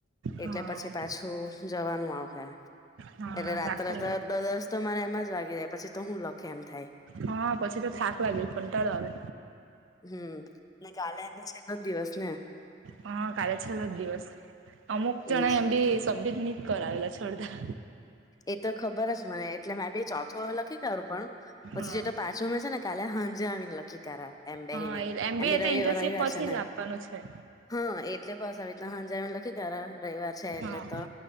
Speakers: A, on the left (about 20°); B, on the right (about 80°).
A: એટલે
B: હા
A: પછી પાછું જવાનું આવ હે.
B: હા
A: એટલે રાત્રે
B: રાખો
A: તો દ-દસ તો મારા એમાં જ વાગી જાય પછી તો શું લખે એમ થાય.
B: હા પછી તો થાક લાગે કંટાળો આવે.
A: હમ્મ ને કાલે એને છેલ્લો જ દિવસ ને.
B: હા કાલે છેલ્લો દિવસ. અમુક જણ
A: એજ
B: એમ બી સબમિટ નહીં કરાવેલા છોડદા.
A: એ તો ખબર જ મને એટલે મે ભાઈ ચોથો લખી કરાઢું પણ પછી
B: હા
A: જે તો પાછો મે છે ને કાલે હાંજે આવી ને લ કી કારા એમ બેહી
B: હા
A: ને એમ બી
B: એ
A: રવિવાર
B: તો ઇન્ટર્નશીપ
A: રવિવાર
B: પછી
A: છે ને
B: જ આપવાનું છે
A: હા, એટલે બસ આવી રીત ના હાંજે એમ લખી ક્યારે રવિવાર છે એટલે
B: હા
A: તો